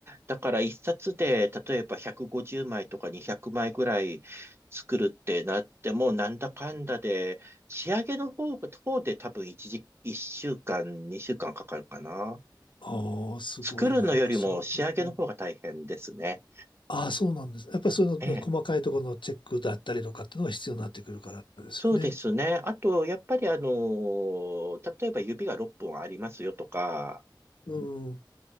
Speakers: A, on the right; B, on the left.
A: だから一冊で、例えば150枚とか200枚ぐらい作るってなっても、なんだかんだで、仕上げの方、方で多分一時、一週間、二週間かんかかるかな。
B: ああすごいな。
A: 作るのよりも仕上げの方が大変ですね。
B: やっぱりその、うん、ああ、そうなんです。やっぱりそういうの細かいところのチェックだったりとかっていうのが必要になってくるからですよね。
A: ええ。そうですね。あと、やっぱりあの、例えば指が6本ありますよとか、
B: うん。